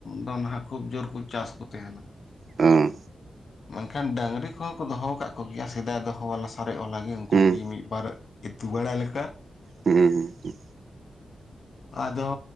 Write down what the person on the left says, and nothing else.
ᱫᱚ ᱱᱟᱦᱟᱜ ᱠᱷᱩᱵ ᱡᱳᱨ ᱠᱚ ᱪᱟᱥ ᱠᱩ ᱛᱟᱦᱮᱱᱟ᱾
ᱢᱮᱱᱠᱷᱟᱱ ᱰᱟᱹᱝᱨᱤ ᱠᱚᱦᱚᱸ ᱠᱚ ᱫᱚᱦᱚ ᱟᱠᱟᱫ ᱠᱚᱜᱮᱭᱟ ᱥᱮᱫᱟᱭ ᱫᱚᱦᱚᱣᱟᱞᱟ ᱥᱟᱨᱮᱡ ᱚᱞᱟᱜᱮ
ᱩᱱᱠᱩ ᱜᱮ ᱢᱤᱫᱵᱟᱨ᱾ ᱤᱛᱩ ᱵᱟᱲᱟ ᱞᱮᱠᱟ᱾
ᱟᱫᱚ